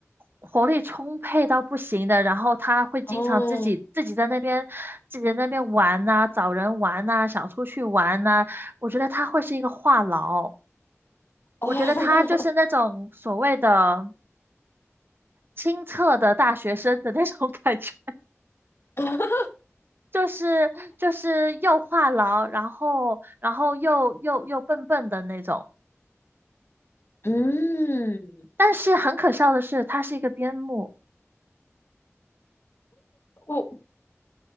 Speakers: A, on the right; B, on the left.
A: 活力充沛到不行的，然后它会经常自己自己在那边自己在那边玩呐、
B: 哦，
A: 找人玩呐、想出去玩呐、我觉得它会是一个话痨，
B: 哦。
A: 我觉得它就是那种所谓的清澈的大学生的那种 <laughs> 感觉。
B: <laughs>
A: 就是就是又话痨，然后然后又又又笨笨的那种。
B: 嗯，
A: 但是很可笑的是，他是一个边牧。
B: 我